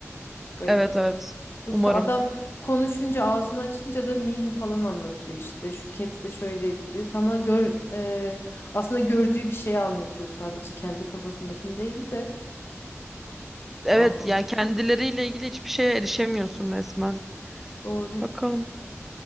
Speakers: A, on the left; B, in the centre.
A: Garip.
B: Evet evet.
A: Yoksa
B: Umarım.
A: adam konuşunca ağzını açınca da meme falan anlatıyor işte. Şu caps de şöyleydi diyor. Sana gör e, aslında gördüğü bir şeyi anlatıyor sadece kendi kafasındakini değil de.
B: Evet
A: Vallahi
B: yani kendileriyle ilgili hiçbir şeye erişemiyorsun resmen.
A: doğru.
B: Bakalım.